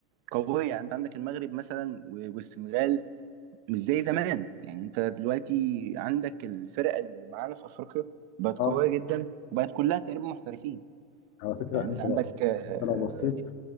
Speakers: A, on the right (about 40°); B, on the left (about 75°).
A: قوية يعني انت عندك المغرب مثلا و- والسنغال مش زي زمان يعني انت دلوقتي عندك الفرقة اللي معانا في افريقيا بقت قوية
B: اه
A: جدا وبقت كلها تقريبا محترفين
B: على فكره
A: يعني
B: انت
A: انت عندك
B: لو
A: آه،
B: انت لو بصيت